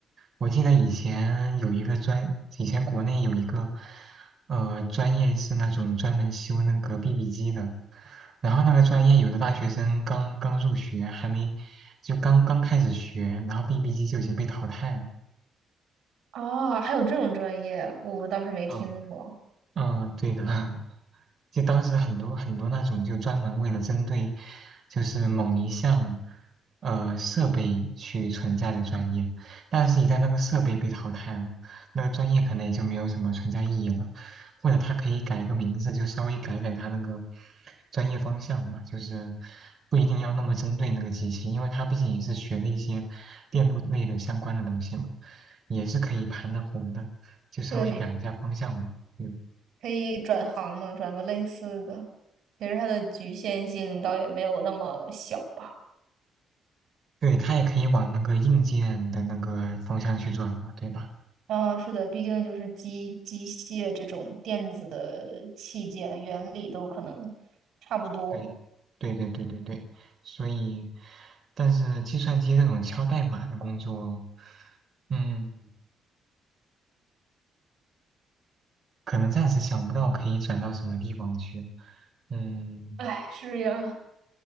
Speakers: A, on the right; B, on the right.
A: 我记得以前有一个专，以前国内有一个呃专业是那种专门修那个 BB 机的，然后那个专业有的大学生刚刚入学，还没就刚刚开始学，然后 BB 机就已经被淘汰了。
B: 啊，还有这种专业，我倒是没听过。
A: 嗯嗯，对的啊，<laughs> 就当时很多很多那种就专门为了针对就是某一项呃设备去存在的专业，但是一旦那个设备被淘汰了，那个专业可能也就没有什么存在意义了，或者它可以改个名字，就稍微改改它那个专业方向嘛，就是不一定要那么针对那个机器，因为它毕竟也是学的一些电路类的相关的东西嘛，也是可以盘得活的，就稍微改一下方向嘛。
B: 对，
A: 嗯
B: 可以转行嘛，转个类似的。其实它的局限性倒也没有那么小吧。
A: 对，它也可以往那个硬件的那个方向去转嘛，对吧？
B: 嗯，是的，毕竟就是机机械这种电子的器件，原理都可能差不多。
A: 对，对对对对对。所以，但是计算机这种敲代码的工作，嗯，可能暂时想不到可以转到什么地方去。嗯
B: 哎，是呀。